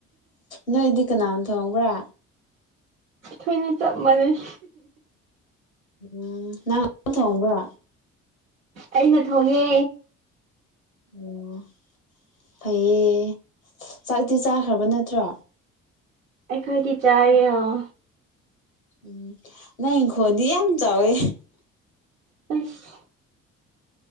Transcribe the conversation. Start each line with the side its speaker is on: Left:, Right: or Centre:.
Left: ꯅꯣꯏꯗꯤ ꯀꯅꯥꯅ ꯊꯣꯡꯕ꯭ꯔꯥ
Right: ꯑꯩꯈꯣꯏꯅꯤ ꯆꯞ ꯃꯥꯟꯅꯩ
Left: ꯎꯝ ꯅꯪ <inaudible> ꯊꯣꯡꯕ꯭ꯔꯣ
Right: ꯑꯩꯅ ꯊꯣꯡꯉꯦ
Left: ꯑꯣ ꯐꯩꯌꯦ ꯆꯥꯛꯇꯤ ꯆꯥꯈ꯭ꯔꯕ ꯅꯠꯇ꯭ꯔꯣ
Right: ꯑꯩꯈꯣꯏꯗꯤ ꯆꯥꯔꯦ ꯑꯣ
Left: ꯎꯝ ꯅꯪꯒꯤ ꯈꯣꯟꯗꯤ ꯌꯥꯝ ꯆꯥꯎꯋꯦ
Right: ꯑꯖ